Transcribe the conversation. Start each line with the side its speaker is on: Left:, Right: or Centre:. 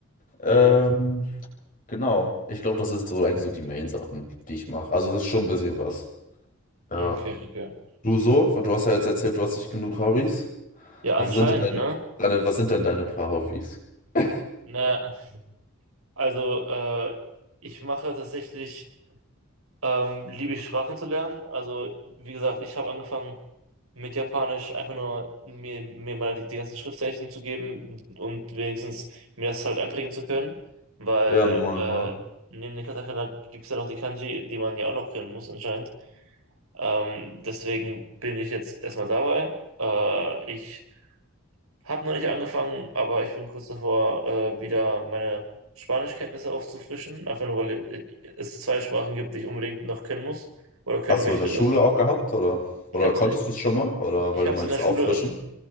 Left: Ähm,
Right: Mhm.
Left: genau, ich glaube, das sind so eigentlich so die Main-Sachen, die ich mache. Also das ist schon ein bisschen was. Ja.
Right: Okay, okay.
Left: Du so? Weil Du hast ja jetzt erzählt, du hast nicht genug Hobbys.
Right: Ja,
Left: Was
Right: anscheinend,
Left: sind denn deine,
Right: ne?
Left: deine, was sind denn deine paar Hobbys? <laughs>
Right: Naja, also, äh, ich mache tatsächlich, ähm, liebe ich Sprachen zu lernen. Also, wie gesagt, ich habe angefangen, mit Japanisch einfach nur mir, mir mal die, die ganzen Schriftzeichen zu geben und wenigstens mir das halt einprägen zu können, weil
Left: Ja, normal,
Right: äh,
Left: normal.
Right: neben den Katakana gibt es ja noch die Kanji, die man ja auch noch können muss anscheinend. Ähm, deswegen bin ich jetzt erstmal dabei. Äh, ich habe noch nicht angefangen, aber ich bin kurz davor, äh, wieder meine Spanischkenntnisse aufzufrischen, einfach nur, weil äh, es zwei Sprachen gibt, die ich unbedingt noch können muss oder können
Left: Hast
Right: möchte.
Left: du in der Schule
Right: Das ist,
Left: auch gehabt, oder?
Right: ich
Left: Oder
Right: habe es
Left: konntest du es schon mal? Oder
Right: ich
Left: weil
Right: hab's
Left: du meintest
Right: in der Schule
Left: auffrischen?